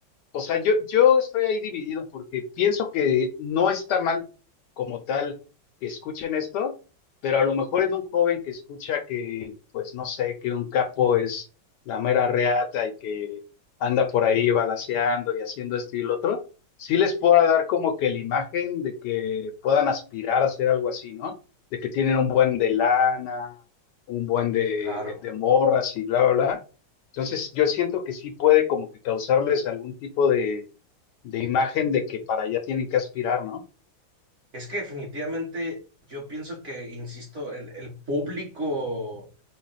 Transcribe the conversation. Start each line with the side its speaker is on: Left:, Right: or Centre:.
Left: o sea, yo, yo estoy ahí dividido porque pienso que no está mal como tal que escuchen esto, pero a lo mejor en un joven que escucha que, pues no sé, que un capo es la mera reata y que anda por ahí balaceando y haciendo esto y lo otro, sí les pueda dar como que la imagen de que puedan aspirar a hacer algo así, ¿no? De que tienen un buen de lana, un buen de,
Right: Claro.
Left: de morras y bla, bla, bla entonces, yo siento que sí puede como que causarles algún tipo de, de imagen de que para allá tienen que aspirar, ¿no?
Right: Es que definitivamente yo pienso que, insisto, el, el público